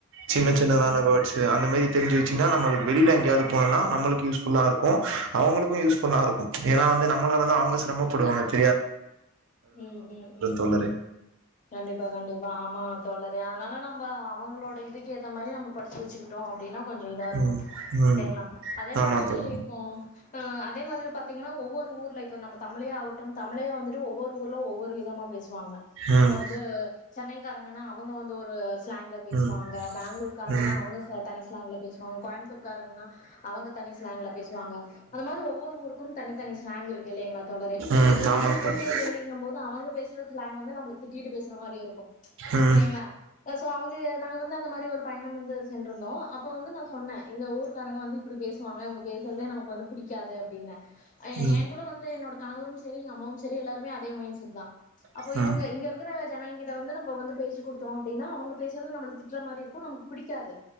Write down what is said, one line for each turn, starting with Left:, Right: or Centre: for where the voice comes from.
Right: சின்ன
Left: ம்
Right: சின்னதான
Left: ம்
Right: வேர்ட்ஸ் அந்த மாரி தெரிஞ்சி வச் ன்னா நம்மளுக்கு வெளியில எங்கயாது போனனா நம்மளுக்கு யூஸ் ஃபுல்லா இருக்கு அவுங்களுக்கு யூஸ் ஃபுல்லா இருக்கு ஏன்னா வந்து நம்மளாலதா அவுங்க ம்மா படுவாங்கத்
Left: ம் ம் ம்
Right: தோழரே
Left: கண்டிப்பா கண்டிப்பா ஆமா தோழர் ரே அதனால நம்ம அவங்களோட இதுக்கு ஏத்த மாரி நம்ம படிச்சி வச்சுக்கிட்டோ அப்பிடின்னா கொஞ்சோ இதா இருக்கு
Right: ம் ம்
Left: இல்லைங்களா அதே
Right: ஆமா
Left: மாரி
Right: தோழர்
Left: இப்போ அ அதே மாதிரி பாத் த்திங்கன்னா ஒவ்வொரு ஊர்ல இப்ப நம்ம தமிழே ஆகு நம் தமிழ் அய்யா வந் ட்டு ஒவ்வொரு ஊர்ல ஒவ்வொரு விதமா பேசுவாங்க
Right: ம்
Left: இப்ப வந்து ச சென்னைக்காரங்கன்னா அவுங்க வந்து ஒரு ஸ்ளாங்க்ல பேசுவாங்க
Right: ம் ம்
Left: பெங்களூர் காரங்கன்னா
Right: ம் ம்
Left: அவுங்கச தனி ஸ்லாங்கள பேஸ் சுவாங்க கோயம்புத்தூர் காரங்கன்னா அவுங்க தனி ஸ்லாங்ல பேசுவாங்க அந்த மாரி ஒவ்வொரு ஊருக்கு தனித்தனி ஸ்லாங் இருக்கு இல்லைங்களா தோழரே
Right: ம்
Left: இப்போ
Right: ஆமா
Left: வந்து
Right: தோழர்
Left: திருநெல்வேலிங்க போது அவுங்க பேஸ் ற ஸ்லாங் வந்து நம்மள திட்டிட்டு பேசற மாரியே இருக்கும்
Right: ம்
Left: இல்லைங்ளா சோ அவுங் து நாங்க வந்து அந்த மாரி ஒரு பயணம் வந்து சென்றிருந்தோம் அப்ப வந்து நா சொன்னே எங்க ஊர் காரங்க வந்து இப்டி பேசுவாங்க இவுங்க பேசுறதே நமக்கு வந்து பிடிக்காதுனே
Right: ம்
Left: ஏ கூட வந்து என்னோட கணவரும் சரி எங்க அம்மாவும் செரி எல்லாருமே அதே மைண்ட் செட் தான் அப்ப
Right: ம்
Left: இவுங்க
Right: ம்
Left: இங்க இருக்குற ஜனாங்க கிட்ட வந்து நம்ம வந்து பேசு குடுத்தோம் அப்டின்னா அவுங்க பேசறது நம்மள திட்டுற மாரி இருக்கும் நமக்கு பிடிக்காது